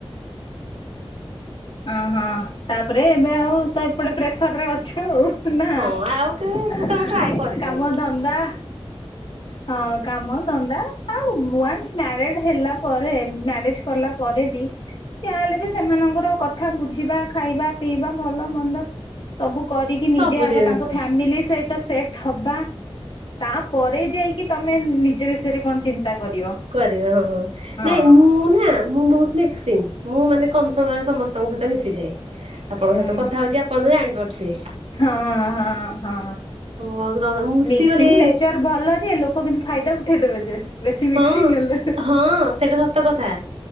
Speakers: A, on the left; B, on the right.
A: ଅହୋ ତାପରେ ଏବେ ଆଉ ତ ଏପଟେ ପ୍ରେସର ରେ ଅଛୁ ଆଉ। ନାଁ
B: ହଁ ଆଉ କେବେ ସେ ସବୁ ଟ୍ରାଏ କରିନି
A: କାମ ଧନ୍ଦା। ହଁ କାମ ଧନ୍ଦା ଆଉ ନୂଆ ମାର୍ରଡେ। ହେଲା ପରେ ମ୍ୟାରେଜ କଲା ପରେ ବି ଯାହେଲେ ବି ସେମାନଙ୍କର କଥା ବୁଝିବା ଖାଇବା ପିଇବା ଭଲ ମନ୍ଦ ସବୁ କରିକି ନିଜେ
B: ସବୁ
A: ଆଗ
B: ଜିନିଷ
A: ତାଙ୍କ ଫ୍ୟାମିଲି ସହିତ ସେଟ ହବା ତାପରେ ଯାଇକି ତମେ ନିଜ ବିଷୟରେ କଣ ଚିନ୍ତା କରିବ
B: କରିହବ? ହଁ
A: ହଁ
B: ନାଇଁ ମୁଁ ନା ମୁଁ ବହୁତ ମିକ୍ସିଙ୍ଗ ମୁଁ ମାନେ କମ ସମୟରେ ସମସ୍ତଙ୍କ ସହିତ ମିଶିଯାଏ ଆପଣଙ୍କ
A: ହୁଁ
B: ସହିତ କଥା
A: ହୁଁ
B: ହଉଛି ଆପଣ ତ ଜାଣି ପାରୁଥିବେ? ଥିବେ?
A: ହଁ ହଁ ହଁ
B: ବହୁତ କମ ମୁଁ ମିଶିଗଲେ
A: ମିକ୍ସିଂ ନେଚର ଭଲ ଯେ ଲୋକ କିନ୍ତୁ ଫାଇଦା ଉଠେଇ ଦେବେ ଯେ। ବେଶୀ ମିକ୍ସିଂ
B: ହଁ
A: ହେଲେ
B: ହଁ ସେଇଟା ସତ କଥା।